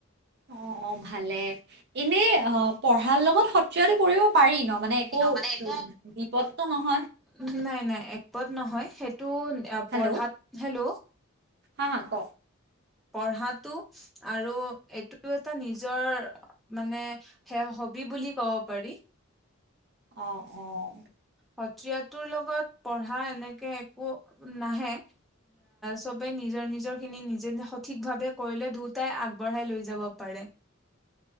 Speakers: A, on the right (about 55°); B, in the centre.
A: অ অ ভালে এনে অ পঢ়াৰ লগত সত্ৰীয়াটো কৰিব পাৰি ন? মানে একো
B: মানে এক
A: বিপদটো নহয়
B: উ নাই নাই একপত নহয় সেইটো
A: হেল্ল'
B: পঢ়াত হেল্ল
A: হা হ ক
B: পঢ়াটো আৰু এইটো এটা নিজৰ মানে সে হবি বুলি ক'ব পাৰি।
A: Of of.
B: সত্ৰীয়াটোৰ লগত পঢ়া এনেকে একো নাহে সবে নিজৰ নিজৰ খিনি নিজে সঠিকভাৱে কৰিলে দুয়টাই আগবঢ়াই লৈ যাব পাৰে।